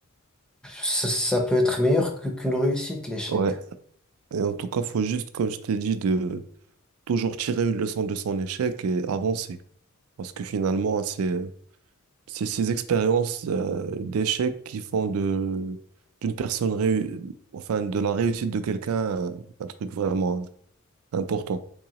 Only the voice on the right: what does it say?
Ouais. Et en tout cas, faut juste, comme je t'ai dit, de toujours tirer une leçon de son échec et avancer. Parce que finalement, c'est, c'est ces expériences euh, d'échec qui font de, d'une personne, réu- enfin, de la réussite de quelqu'un, euh, un truc vraiment hein, important.